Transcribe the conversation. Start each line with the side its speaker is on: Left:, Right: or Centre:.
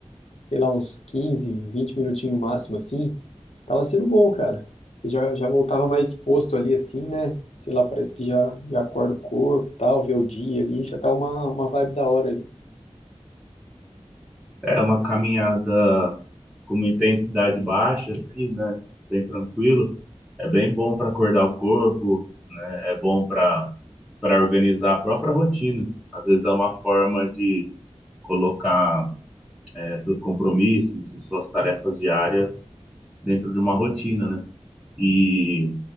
Left: sei lá, uns 15, 20 minutinhos no máximo, assim, tava sendo bom, cara. Porque já, já voltava mais exposto ali, assim, né? Sei lá, parece que já, já acorda o corpo, e tal, vê o dia ali, já dá uma, uma vibe da hora ali.
Centre: É uma caminhada com uma intensidade baixa, assim, né? Bem tranquilo. É bem bom para acordar o corpo, né? É bom para para organizar a própria rotina. Às vezes é uma forma de colocar eh, seus compromissos, suas tarefas diárias dentro de uma rotina, né? E